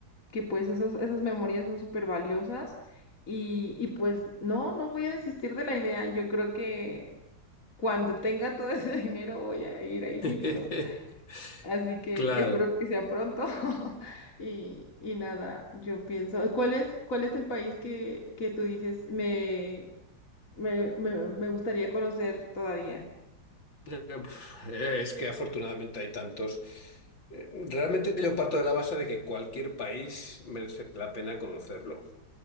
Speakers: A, on the left (about 45°); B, on the left (about 80°).
A: que pues esos esas memorias son súper valiosas y y pues no no voy a desistir de la idea. Yo creo que cuando tenga todo ese <laughs> dinero voy a ir a Egipto.
B: <laughs>
A: Así que
B: Claro.
A: espero que sea pronto. <laughs> Y, y nada, yo pienso, ¿cuál es, cuál es el país que, que tú dices me, me, me, me gustaría conocer todavía?
B: Uf, eh, Es que afortunadamente hay tantos. Eh, Realmente yo parto de la base de que cualquier país merece la pena conocerlo.